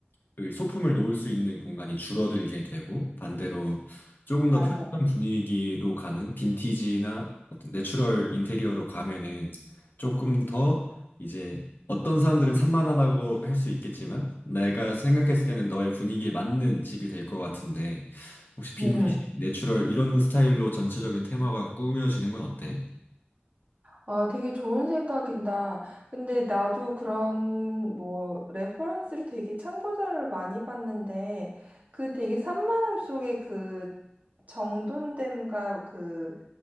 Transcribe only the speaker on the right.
맞아.
음.
아, 되게 좋은 생각인다. 근데 나도 그런 뭐 레퍼런스를 되게 참고자료를 많이 봤는데 그 되게 산만함 속에 그 정돈됨과 그